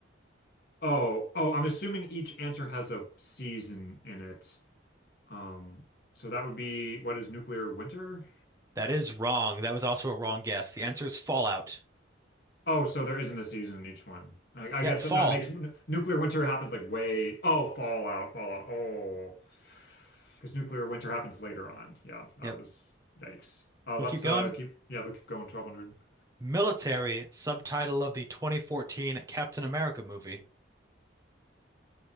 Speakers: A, on the left; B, on the right.
A: Oh, oh, I'm assuming each answer has a season in it. Um, so that would be what is nuclear winter?
B: That is wrong. That was also a wrong guess. The answer is fallout.
A: Oh, so there isn't a season in each one. I,
B: Yep,
A: I guess
B: fall.
A: that, that makes nuclear winter happens like way. Oh, Fallout, Fallout. Oh, because nuclear winter happens later on. Yeah, that
B: Yep.
A: was yikes. Uh,
B: We'll
A: let's
B: keep going.
A: uh keep. Yeah, we keep going. 1200. <gasps>
B: Military subtitle of the 2014 Captain America movie.